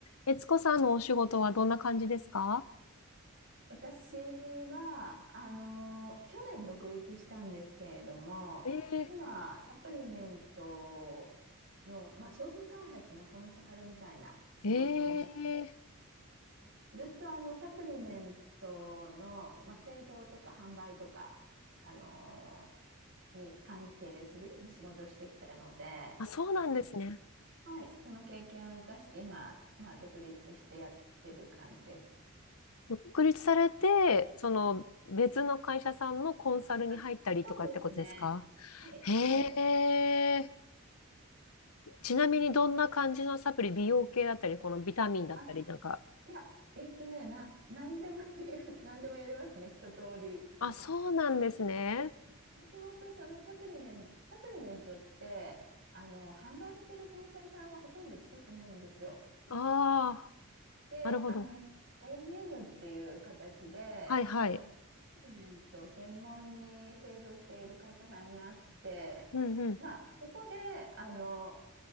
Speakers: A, on the left (about 85°); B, on the right (about 55°).
A: 悦子さんのお仕事はどんな感じですか
B: 私は、あの、去年独立したんですけれども、
A: え
B: 今、サプリメントの、まあ、商品開発のコンサルみたいな仕事をして、
A: ー、えー、
B: ずっとあの、サプリメントの、まあ、製造とか販売とか、あの、に関係するような仕事をしてきたので、
A: あ、そうなんですね。
B: はい、その経験を生かして今、まあ、独立してやってる感じです。
A: 独立されて、その別の会社さんのコンサルに入ったりとかってことですか
B: あ、そうですね。はい、
A: へえ。
B: はい。
A: ちなみにどんな感じのサプリ、美容系だったり、このビタミンだったりなんか。
B: あいや、えっとね、な、何でもやり、<laughs> 何でもやりますね、一通り。
A: あ、そうなんですね。
B: でもともとそのサプリメント、サプリメントって、あの、販売してる会社さんはほとんど作ってないんですよ。
A: ああ、
B: で、
A: なるほど。
B: あの、OEM っていう形で、
A: はいはい。
B: その、サプリメントを専門に製造している会社さんがあって、
A: うんうん。
B: まあ、そこで、あの、